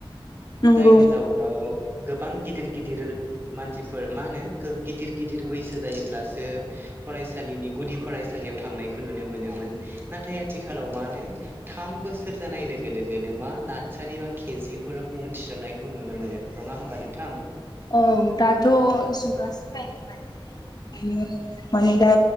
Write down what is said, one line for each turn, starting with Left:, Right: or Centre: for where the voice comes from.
Left: नंगौ
Right: जायनि जाउनाव गोबां गिदिर गिदिर मानसिफोर मा होनो गिदिर गिदिर बैसो जायोब्लासो फरायसालिनि गुदि फरायसालियाव थांनायखौ नुनो मोनोमोन। नाथाय आथिखालाव मानो थाम बोसोर जानाय लोगो लोगोनो मा नार्सारि बा केजिफोराव मुं थिसननायखौ नुनो मोनो नङा होमबा नोंथां।
Left: औ दाथ' जुगा सोलायबोबाय। ओंखायनो माने दा